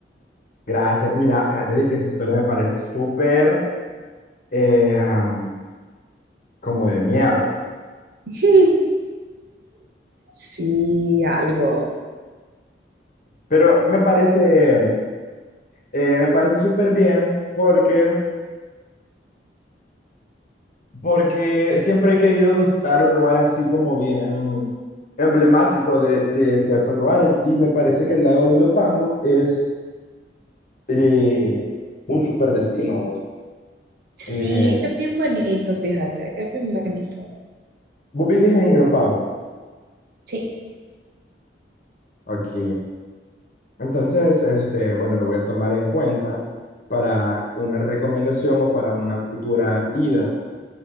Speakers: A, on the left; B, on the right.
A: gracias. Mira, fíjate de que esa historia me parece súper eh, am, como de miedo.
B: <laughs> Sí, algo.
A: Pero me parece, eh, me parece súper bien porque porque siempre he querido visitar un lugar así como bien emblemático de, de ciertos lugares y me parece que el lago de Ilopango es eh, un super destino vos.
B: Sí,
A: Eh,
B: es bien bonito, fíjate, es bien bonito.
A: vos vivís en Ilopango.
B: Sí,
A: Ok. Entonces, este, bueno, lo voy a tomar en cuenta para una recomendación o para una futura ida.